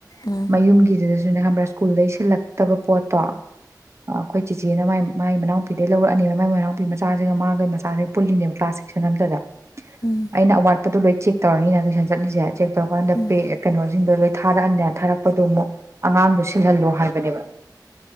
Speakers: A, on the left; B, on the right.
A: ꯎꯝ
B: ꯃꯌꯨꯝꯒꯤꯗꯁꯨ ꯅꯦ ꯈꯪꯕ꯭ꯔꯥ ꯁ꯭ꯀꯨꯜꯗꯩ ꯁꯤꯜꯂꯛꯇꯕ ꯄꯣꯠꯇꯣ ꯑꯩꯈꯣꯏ ꯆꯤꯆꯦꯅ ꯃꯥꯒꯤ ꯃꯅꯥꯎꯄꯤꯗꯩ ꯂꯧꯔꯛꯑꯅꯤꯕ ꯃꯥꯏ ꯃꯅꯥꯎꯄꯤ ꯃꯆꯥꯁꯤꯒ ꯃꯥꯒꯤ ꯃꯆꯥꯁꯤꯒ ꯄꯨꯜꯂꯤꯅꯦꯕ ꯀ꯭ꯂꯥꯁ ꯁꯤꯛꯁꯟ ꯑꯝꯇꯗ
A: ꯎꯝ
B: ꯑꯩꯅ ꯑꯋꯥꯠꯄꯗꯨ ꯂꯣꯏ ꯆꯦꯛ ꯇꯧꯔꯅꯤꯅ ꯇꯨꯏꯁꯟ ꯆꯠꯂꯤꯁꯦ ꯆꯦꯛ ꯇꯧꯔꯀꯥꯟꯗ
A: ꯎꯝ
B: ꯄꯦꯛ ꯀꯩꯅꯣꯁꯤꯡꯗꯣ ꯂꯣꯏ ꯊꯥꯔꯛꯑꯅꯤꯅ ꯊꯥꯔꯛꯄꯗꯣ ꯑꯃꯨꯛ ꯑꯉꯥꯡꯗꯣ ꯁꯤꯜꯍꯜꯂꯣ ꯍꯥꯏꯕꯅꯦꯕ